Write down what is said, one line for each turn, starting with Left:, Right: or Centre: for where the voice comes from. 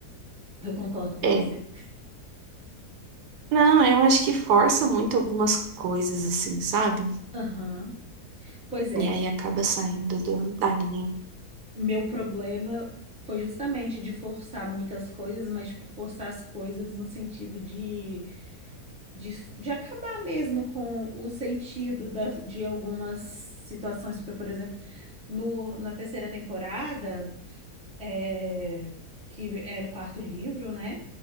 Centre: Eu concordo com
Right: é.
Centre: você.
Right: Não, eu acho que força muito algumas coisas, assim, sabe?
Centre: Aham. Pois é,
Right: E aí acaba saindo do- da linha.
Centre: meu problema foi justamente de forçar muitas coisas, mas, tipo, forçar as coisas no sentido de de, de acabar mesmo com o sentido da- de algumas situações, porque, por exemplo, no, na terceira temporada, é, que era o quarto livro, né?